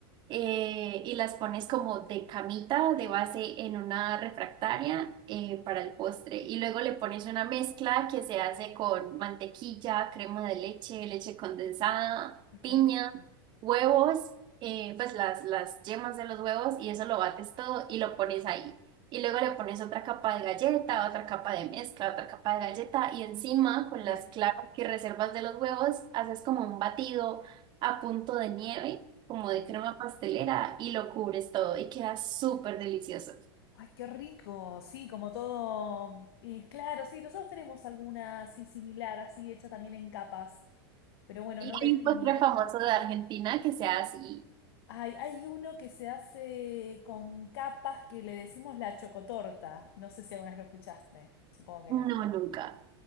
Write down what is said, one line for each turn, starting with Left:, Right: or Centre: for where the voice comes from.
Right: eh, y las pones como de camita, de base en una refractaria eh, para el postre. Y luego le pones una mezcla que se hace con mantequilla, crema de leche, leche condensada,
Left: Ay, qué
Right: piña,
Left: rico.
Right: huevos, eh, pues las, las yemas de los huevos y eso lo bates todo y lo pones ahí. Y luego le pones otra capa de galleta, otra capa de mezcla, otra capa de galleta y encima con
Left: Y
Right: las
Left: así,
Right: claras que reservas de los huevos haces como un batido a punto de nieve, como
Left: sí.
Right: de crema pastelera y lo cubres todo y queda súper delicioso.
Left: Ay, qué rico, sí, como todo. Y claro, sí, nosotros tenemos alguna así similar, así hecha también en capas, pero bueno, no de
Right: hay
Left: piña.
Right: un postre famoso de Argentina que sea así,
Left: Ay, hay uno que se hace con capas que le decimos la chocotorta. No sé si alguna vez lo escuchaste, supongo que
Right: no
Left: no.
Right: nunca.